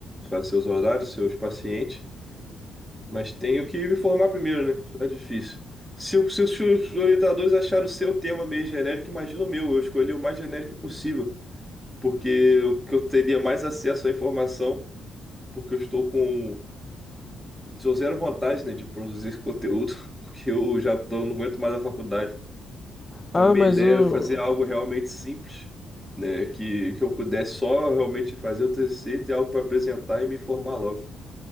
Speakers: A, in the centre; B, on the left.
A: Faz seus horários, seus pacientes. Mas tenho que me formar primeiro, né? É difícil. Se, o- se os os orientadores acharam o seu tema meio genérico, imagina o meu. Eu escolhi o mais genérico possível. Porque o que eu teria mais acesso à informação, porque eu estou com. Sou zero vontade, né, de produzir esse conteúdo, <laughs> porque eu já tô- não aguento mais a faculdade. Então,
B: Ah,
A: a minha
B: mas
A: ideia
B: o.
A: era fazer algo realmente simples, né? Que, que eu pudesse só realmente fazer o TCC, ter algo para apresentar e me formar logo.